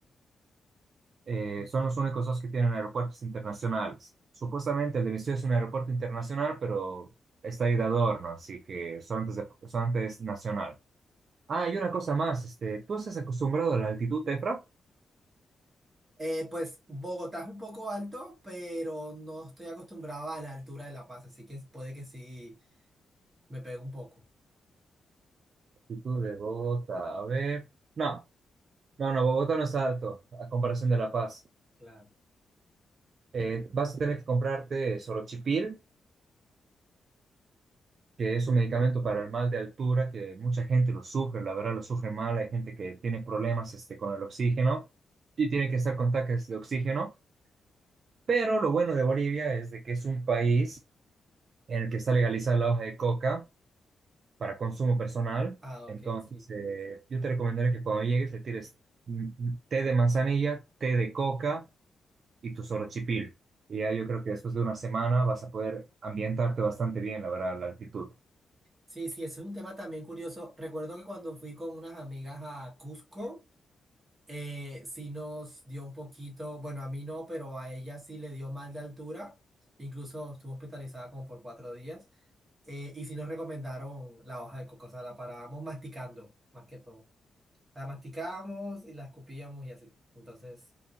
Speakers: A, on the right; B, on the right.
A: eh,
B: Mm.
A: son los únicos dos que tienen aeropuertos internacionales. Supuestamente el de mi ciudad es un aeropuerto internacional, pero está ahí de adorno, así que solamente es, de- solamente es nacional. Ah, y una cosa más, este, ¿tú estás acostumbrado a la altitud, Efra?
B: Eh, pues Bogotá es un poco alto, pero no estoy acostumbrado a la altura de La Paz, así que puede que sí me pegue un poco.
A: Altitud de Bogotá, a ver. No, no, no, Bogotá no es alto a comparación de La Paz.
B: Claro.
A: Eh, vas a tener que comprarte sorochipil que es un medicamento para el mal de altura, que mucha gente lo sufre, la verdad lo sufre mal, hay gente que tiene problemas este, con el oxígeno y tiene que estar con tanques de oxígeno, pero lo bueno de Bolivia es de que es un país en el que está legalizada la hoja de coca para consumo personal,
B: Ah,
A: entonces
B: ok, sí.
A: eh, yo te recomendaría que cuando llegues le tires mm, mm, té de manzanilla, té de coca y tu sorochipil. Y ya yo creo que después de una semana vas a poder ambientarte bastante bien, la verdad, a la altitud.
B: Sí, sí, ese es un tema también curioso. Recuerdo que cuando fui con unas amigas a Cusco, eh, sí nos dio un poquito, bueno, a mí no, pero a ella sí le dio mal de altura, incluso estuvo hospitalizada como por cuatro días, eh, y sí nos recomendaron la hoja de coco, o sea, la parábamos masticando, más que todo. La masticábamos y la escupíamos y así. Entonces,